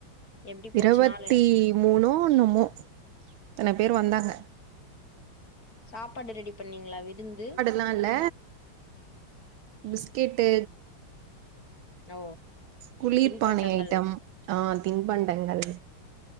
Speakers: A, on the left; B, on the right.
A: எப்டி போச்சு
B: இருவத்தி
A: நாளு
B: மூணோ ஒன்னுமோ த்தன பேர் வந்தாங்க
A: சாப்பாடு ரெடி பண்ணீங்களா விருந்து
B: லாம் இல்ல பிஸ்கட்டு
A: ஓ
B: குளிர்பானை
A: தின்பண்டங்கள்
B: ஐட்டம் ஆ தின்பண்டங்கள்